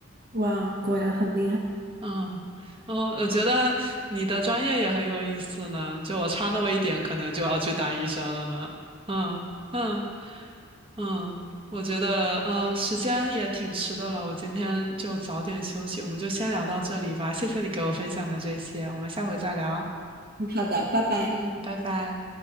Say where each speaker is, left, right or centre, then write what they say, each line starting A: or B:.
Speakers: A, on the right (about 50°); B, on the right (about 25°).
A: 哇，果然很厉害。
B: 嗯，哦，我觉得你的专业也很有意思呢，就我差那么一点，可能就要去当医生了呢。嗯嗯嗯，我觉得嗯，时间也挺迟的了，我今天就早点休息，我们就先聊到这里吧。谢谢你给我分享的这些，我们下回再聊。
A: 嗯好的，拜拜。
B: 嗯，拜拜。